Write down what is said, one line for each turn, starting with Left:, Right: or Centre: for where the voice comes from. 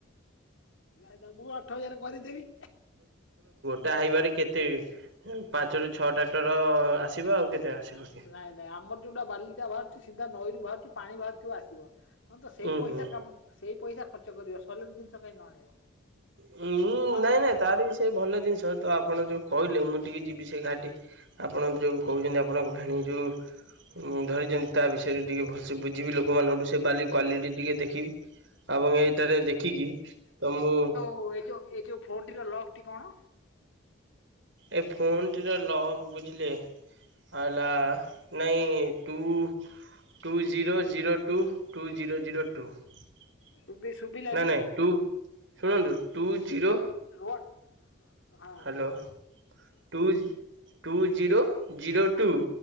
Left: ନାଇଁ ନା ମୁଁ ଆଠ ହଜାର କରିଦେବି।
Right: ତା ହାଇବାରେ କେତେ ପାଞ୍ଚରୁ ଛଅ ଟ୍ରାକ୍ଟର ଆସିବ ଆଉ କେତେ? ଆସିବ କି
Left: ନାଇଁ ନାଇଁ ଆମର ଯୋଉଟା ବାଲିଟା ବାହାରୁଛି ସିଧା ନଈରୁ ବାହାରୁଛି ପାଣି ବାହାରୁଥିବ ଆସିବ। ହଁ ତ ସେଇ
Right: ଉୁଁ
Left: ପଇସା
Right: ହୁଁ।
Left: କାମ ସେଇ ପଇସା ଖର୍ଚ୍ଚ କରିବ ସଲିଟ ଜିନିଷ କାଇଁ ନ ଆଣିବ?
Right: ହୁଁ
Left: ମୁଁ
Right: ନାଇଁ
Left: ମୁଁ
Right: ନାଇଁ ତାର ବି ସେ ଭଲ ଜିନିଷ ତ ଆପଣ ଯୋଉ କହିଲେ ମୁଁ ଟିକେ ଯିବି ସେ ଗାହାଟି ଆପଣ ଯେଉଁ କହୁଛନ୍ତି ଆପଣଙ୍କ ଭେନେଇ ଯେଉଁ ଉ ଧରିଛନ୍ତି ତା ବିଷୟରେ ଟିକେ ଭଲସେ ବୁଝିବି ଲୋକମାନଙ୍କଠୁ ସେ ବାଲି କ୍ୱାଲିଟି ଟିକେ ଦେଖିବି। ଏବଂ ଏଇଟାରେ ଦେଖିକି ତ ମୁଁ
Left: ହଉ ଏଇ ଯୋଉ ଏଇ ଯୋଉ ଫୋନଟିର ଲକ୍ ଟି କଣ?
Right: ଏ ଫୋନଟିର ଲକ୍ ବୁଝିଲେ ହେଲା ନାଇଁ two two zero zero two. Two zero zero two ନାଇଁ
Left: ଶୁଭି ଶୁଭିଲାନି
Right: ନାଇଁ ଟୁ ଶୁଣନ୍ତୁ ଟୁ ଜିରୋ
Left: ରୁହ। ହଁ
Right: ହାଲୋ ଟୁ ଜ୍ ଟୁ ଜରୋ ଜିରୋ ଟୁ